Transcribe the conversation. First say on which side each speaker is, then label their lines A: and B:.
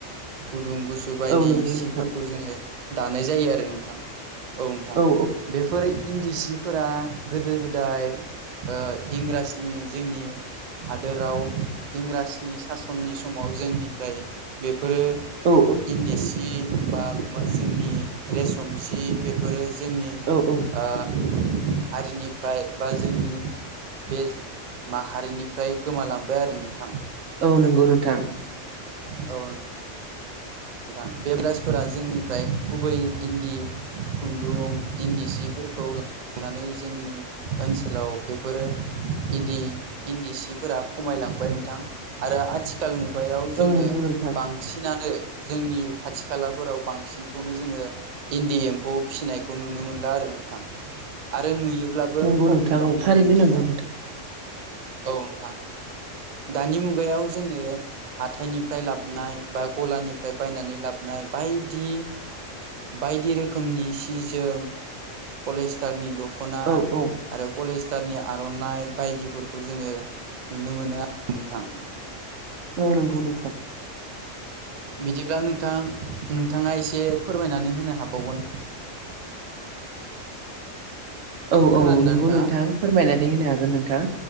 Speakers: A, on the right; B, on the right.
A: गुदुं। गुसु बायदि
B: औ नंगौ
A: सिफोरखौ
B: नोंथां
A: जोङो दानाय जायो आरो नोंथां औ नोंथां।
B: औ
A: बेफोर इन्दि सिफोरा गोदो-गोदाय। ओ इंराजनि जोंनि। हादोराव इंराजनि सासननि समाव जोंनिफ्राय बेफ। बेफोरो
B: औ
A: इन्दि सि बा मा जोंनि रेसम सि बेफोरो। जोंनि
B: औ
A: ओ हारिनिफ्राय बा जोंनि। बे माहारिनिफ्राय गोमालांबाय आरो नोंथां।
B: औ नंगौ नोंथां।
A: औ। नोंथां बेब्रासफोरा जोंनिफ्राय गुबै इन्दि खुन्दुं इन्दि सिफो। फोरखौ ला। नानै जोंनि ओनसोलाव बेफोरो इन्दि-इन्दिसिफोरा खमाय। लांबाय नोंथां आरो आथिखाल मुगायाव जोङो
B: औ नंगौ नोंथां
A: बांसिनानो। जोंनि खाथि-खालाफोराव बांसिनखौनो जोङो इन्दि एम्फौ फिसिनायखौ नुनो मोनला आरो। नोंथां आरो नुयोब्लाबो
B: नंगौ
A: खम
B: नोंथां
A: बिबांनि
B: औ थारैनो
A: नुयो नोंथां।
B: नंगौ
A: औ नोंथां। दानि मुगायाव जोङो हाथायनिफ्राय लाबनाय बा गलानि। फ्राय बायनानै लाबनाय बायदि-बायदि रोखोमनि सि-जोम। पलेस्टारनि दख'ना
B: औ औ
A: आरो पलेस। टारनि आर'नाइ बायदिफोरखौ जोङो नुनो मोनो आरो नोंथां।
B: औ नंगौ नोंथां।
A: बिदिब्ला नोंथां-नोंथाङा एसे फोरमायनानै होनो हाबावगोन?
B: औ-औ
A: खोनादोंना
B: नोंगौ
A: नोंथाङा
B: नोंथां फोरमायनानै होनो हागोन नोंथां